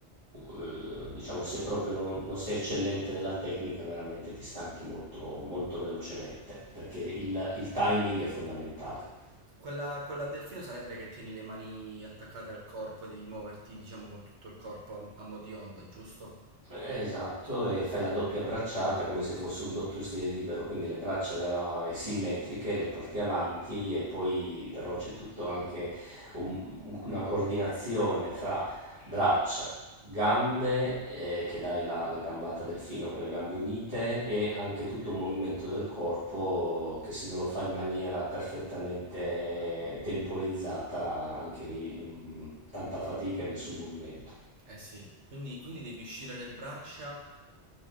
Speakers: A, on the right (about 20°); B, on the right (about 80°).
A: eh, diciamo, se proprio non, non sei eccellente nella tecnica, veramente ti stanchi molto, molto velocemente, perché il il timing è fondamentale.
B: Quella, quella a delfino sarebbe che tieni le mani attaccate al corpo e devi muoverti, diciamo, con tutto il corpo a, a mo' di onda, giusto?
A: Esatto, e fai la doppia bracciata come se fosse un doppio stile libero, quindi le braccia eh, simmetriche le porti avanti e poi però c'è tutto anche un- una coordinazione fra braccia, gambe, eh, che dai la, la gambata delfino con le gambe unite e anche tutto un movimento del corpo che se non lo fai in maniera perfettamente temporizzata, anche lì mm, tanta fatica e nessun movimento.
B: Eh sì, quindi, quindi devi uscire le braccia